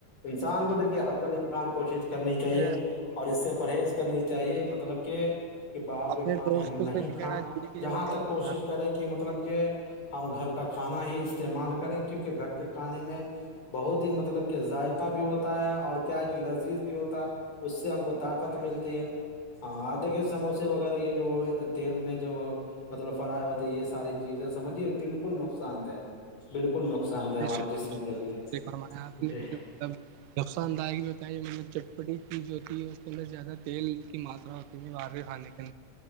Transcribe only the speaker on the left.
انسان کو دیکھیے ح ال امکان کوشش کرنی
چاہیے اور اس سے پرہیز کرنی چاہیے مطلب کہ کہ باہر
کے کھانے
ہم نہیں
کھائیں
جہاں
تک کوشش
کریں کہ کہ مطلب کہ ہم گھر کا کھانا ہی استعمال کریں کیونکہ گھر کے کھانے میں بہت ہی مطلب کہ ذائقہ بھی ہوتا ہے اور کیا کہ لذیذ بھی ہوتا ہے اس سے ہم کو طاقت ملتی ہے ہاں آدے کے سموس سے وغیرہ یہ جو تیل میں جو مطلب فراہائے ہوتے ہے یہ ساری چیزیں سمجھیے بالکل نقصان دہ بالکل نقصان دہ
ہمارے جسم کے لیے
جی